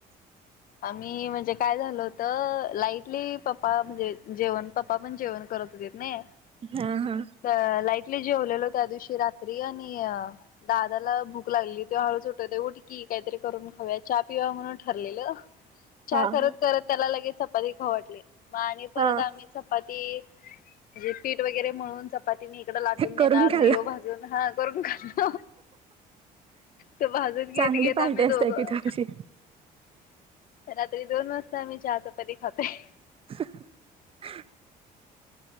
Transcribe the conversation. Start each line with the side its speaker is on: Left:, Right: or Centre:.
Left: आम्ही म्हणजे काय झालो होत तर लाईटली पप्पा म्हणजे जेवण पप्पा पण जेवण करत होते नई
Right: हा हा
Left: तर लाईट ली जेवलेलो त्या दिवशी रात्री आणि दादाला भूक लागली तो हळूच उटवतोय उटकी काहीतरी करून खाऊया चहा पिऊया म्हणून ठरलेलं चहा
Right: हा
Left: करत
Right: हा
Left: करत त्याला लगेच चपाती खाऊ वाटली मग आणि परत
Right: हा
Left: आम्ही चपाती म्हणे पीठ वगैरे मळून चप पाती मी इकडं लाटून देणार
Right: करून खाल्ला
Left: मग ह्यो भाजून हा करून खाल्लो तो भाजून घेत
Right: चांगली
Left: घेत
Right: पार्टी
Left: आम्ही
Right: असते
Left: दोघं
Right: की तुमची
Left: रात्री दोन वाजता आम्ही चहा चपाती खातोय
Right: <inaudible>